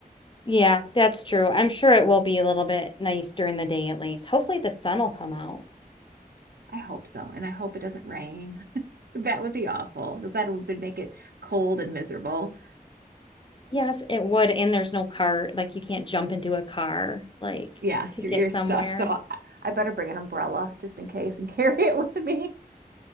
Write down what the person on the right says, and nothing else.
I hope so. And I hope it doesn't rain. <laughs> That would be awful because that would make it cold and miserable.
Yeah,
you're
you're
stuck. So I, I better bring an umbrella just in case and <laughs> carry it with me.